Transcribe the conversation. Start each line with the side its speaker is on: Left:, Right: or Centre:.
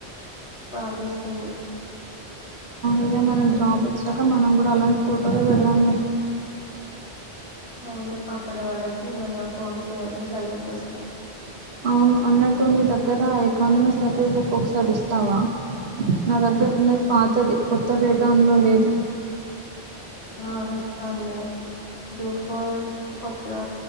Left: బాదేస్తుంది
Right: ఇగ మనం జాబ్ వచ్చాక మనం కూడా అలాంటి ఫోటోలు పెడదాం లే
Left: అవును అప్పటి వరకి మన ఫోన్ కేవలం చదువుకోసమే
Right: అవును అన్నట్టు నీ దగ్గర ఎకానమీ సర్వే బుక్ ఒకసారి ఇస్తావా నా దగ్గర ఉన్నది పాతది కొత్త డేటా అందులో లేదు
Left: ఆ ఇస్తానునే గ్రూప్ ఫోర్ కొట్టా